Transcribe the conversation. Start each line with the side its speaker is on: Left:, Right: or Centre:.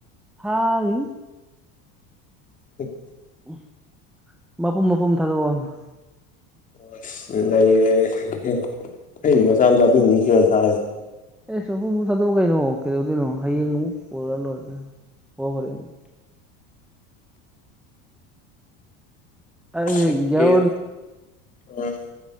Centre: ꯊꯥꯔꯤꯅꯤ
Left: <inaudible>
Centre: ꯎꯝ ꯃꯄꯨꯝ ꯃꯄꯨꯝ ꯊꯥꯗꯣꯛꯑꯣ ꯫
Left: ꯑꯁ ꯅꯩꯔ‌ꯦꯅ‌ꯦ ꯑꯩꯗꯤ ꯃꯆꯥꯥ ꯃꯆꯥ ꯄꯤꯡ ꯄꯤꯡ ꯁ‌ꯦꯠꯂꯥ ꯊꯥꯏꯅꯤ ꯫
Centre: ꯑꯦ ꯃꯄꯨꯡ ꯃꯄꯨꯡ ꯊꯥꯗꯣꯛꯑꯣ ꯀꯩꯅꯣ ꯀꯩꯗꯧꯗꯣꯏꯅꯣ ꯍꯌꯦꯡ ꯑꯃꯨꯛ ꯄꯨꯔꯒ ꯂꯣꯏꯔ‌ꯦ ꯀꯩꯅ‌ꯣ ꯍ‌ꯣ ꯍꯣꯔꯦꯟ ꯫ ꯑꯩꯗꯤ
Left: ꯁ‌ꯦꯀ‌ꯦꯟ
Centre: ꯒ꯭ꯌꯥꯔ
Left: ꯑꯥ